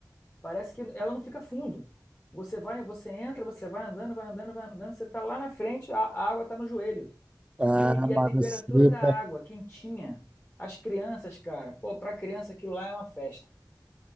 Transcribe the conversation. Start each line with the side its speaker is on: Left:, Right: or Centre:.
Left: Parece que ela não fica fundo. Você vai, você entra, você vai andando, vai andando, vai andando, você está lá na frente, a, a água está no joelho.
Right: ah,
Left: E, e
Right: mas
Left: a temperatura
Right: assim,
Left: da água, quentinha. As crianças, cara, pô, para criança aquilo lá é uma festa.